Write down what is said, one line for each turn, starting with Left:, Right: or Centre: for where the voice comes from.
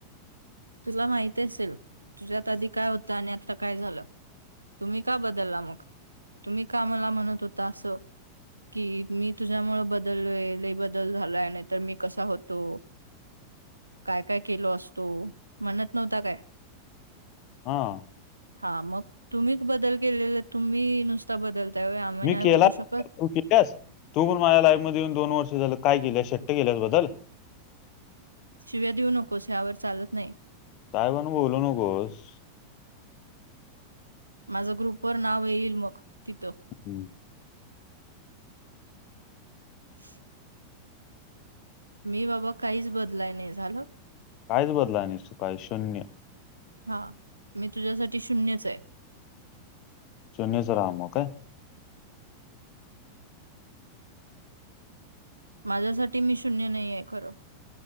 Right: तुला माहीत असेल तुझ्यात आधी काय होतं आणि आता काय झालं. तुम्ही का बदलला मग, तुम्ही का मला म्हणत होता असं. कि मी तुझ्यामुळें बदललोय लय बदल झालाय. नाहीतर मी कसा होतो. काय काय केलो असतो. म्हणत नव्हता काय.
Left: हा.
Right: हा मग तुम्हीच बदल केलेला. तुम्ही नुसता बदलताय व्हय. आम्ही
Left: मी
Right: नाही
Left: केला
Right: बदलू शकत?
Left: तू तू पण माझ्या लाईफ मध्ये येऊन दोन वर्ष झालं काय केल्यास शेट्ट केल्यास बदल
Right: शिव्या देऊ नकोस यावर चालत नाही.
Left: काय पण बोलू नकोस.
Right: माझं ग्रुपवर नाव येईल मग तिथं
Left: हम्म.
Right: <unintelligible> मी बाबा काहीच बदलाय नाही झाल.
Left: कायच बदलाय नाहीस. तू काय शून्य.
Right: हा, मी तुझ्यासाठी शून्यच आहे.
Left: शून्यच रहा मग काय.
Right: माझ्यासाठी मी शून्य नाही आहे खरं.